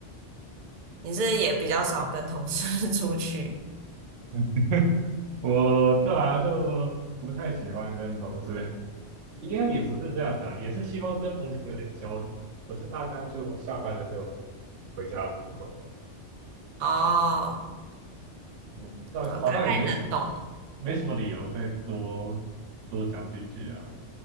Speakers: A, on the right; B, on the right.
A: 你是也比较少跟同事 <laughs> 出去
B: 嗯我对啊，就不太喜欢跟同事，应该也不是这样讲，也是希望跟同事有点交流。可是大家就下班了就回家了，不走了，
A: 哦，嗯，
B: 那我就好像也没什么
A: 对啊，大概能懂。
B: 没什么理由再多多讲几句啊。